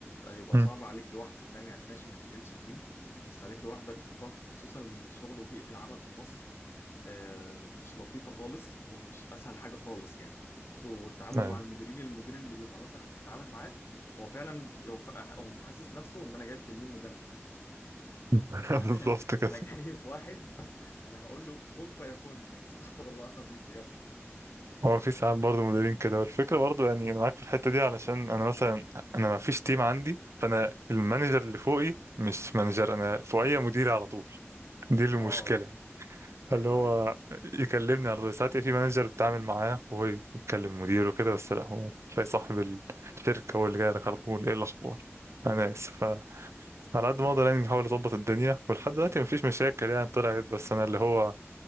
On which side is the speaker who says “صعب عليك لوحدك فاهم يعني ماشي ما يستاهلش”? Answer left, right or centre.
Left